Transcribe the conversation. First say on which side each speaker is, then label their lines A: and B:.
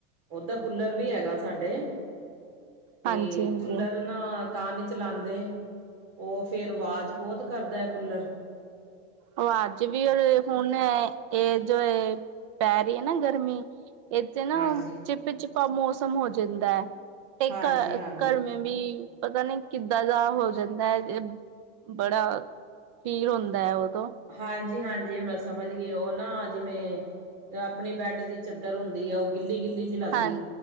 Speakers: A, on the right; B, on the right.
A: ਓਦਾ ਕੂਲਰ ਵੀ ਹੈਗਾ ਸਾਡੇ। ਤੇ
B: ਹਾਂਜੀ-ਹਾਂਜੀ
A: ਕੂਲਰ
B: ਓ।
A: ਨਾ ਤਾਂ ਨੀ ਚਲਾਂਦੇ ਓ ਫੇਰ ਵਾਜ਼ ਬੋਤ ਕਰਦੈ ਕੂੱਲਰ।
B: ਅਵਾਜ ਵੀ ਓਰ ਹੁਣ ਏ, ਏ ਜੋ ਏ, ਪੈਰੀ ਐ ਨਾ ਗਰਮੀ ਏਤੇ ਨਾ
A: ਹਾਂਜੀ
B: ਚਿੱ- ਚਿੱਪਾ ਮੌਸਮ ਹੋ ਜਾਂਦੈ ਤੇ
A: ਹਾਂਜੀ
B: -
A: ਹਾਂਜੀ
B: ਘਰ ਮੀ ਵੀ ਪਤਾ ਨੀ ਕਿੱਦਾਂ ਦਾ ਹੋ ਜਾਂਦਾ ਐ ਏ ਬੜਾ, ਫੀਲ ਹੁੰਦਾ ਹੈ ਉਦੋਂ
A: ਹਾਂਜੀ, ਹਾਂਜੀ ਮੈਂ ਸਮਝ ਗਈ ਉਹ ਨਾ ਜਿਵੇਂ- ਆਪਣੀ ਬੈਡ ਦੀ ਚਾਦਰ ਹੁੰਦੀ ਹੈ ਉਹ ਗਿੱਲੀ- ਗਿੱਲੀ ਲੱਗਦੀ
B: ਹਾਂ